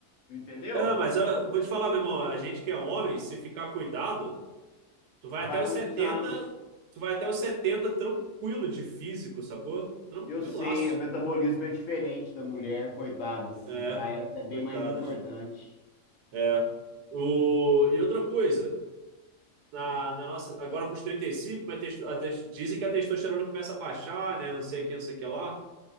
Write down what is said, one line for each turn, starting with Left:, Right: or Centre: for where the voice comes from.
Left: Entendeu?
Right: É, mas ah, vou te falar, meu irmão, a gente que é homem, se ficar cuidado, tu vai
Left: Vai
Right: até os
Left: muitos
Right: 70
Left: anos.
Right: tu vai até os 70 tranquilo de físico, sacou? Tranquilaço.
Left: Eu sei, o metabolismo é diferente da mulher, coitada, assim,
Right: É,
Left: para ela é bem
Right: coitadas.
Left: mais importante.
Right: É. O... E outra coisa, na, na nossa, agora com os 35 vai ter- a tes- dizem que a testosterona começa a baixar, né? Não sei o que, não sei o que lá.